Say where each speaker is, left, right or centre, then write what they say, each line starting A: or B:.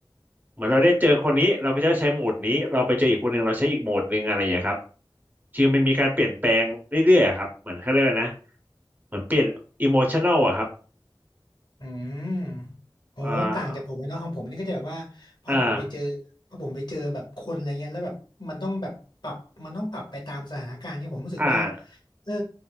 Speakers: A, on the right; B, on the left.
A: เหมือนเราได้เจอคนนี้เราก็จะใช้โหมดนี้เราไปเจออีกคนหนึ่งเราใช้อีกโหมดหนึ่งอะไรอย่างเงี้ยครับคือมันมีการเปลี่ยนแปลงเรื่อยๆอะครับเหมือนเขาเรียกว่านะเหมือนเปลี่ยนอิโมชันแนลอะครับ
B: อืมโอ้ต่างจากผมเลยเนาะของผมนี่ก็จะแบบว่าพอผมไปเจอพอผมไปเจอแบบคนอะไรเงี้ยแล้วแบบมันต้องแบบปรับมันต้องปรับไปตามสถานการณ์เนี่ยผมรู้สึกว่า
A: อ่าอ่าอ่า
B: เออ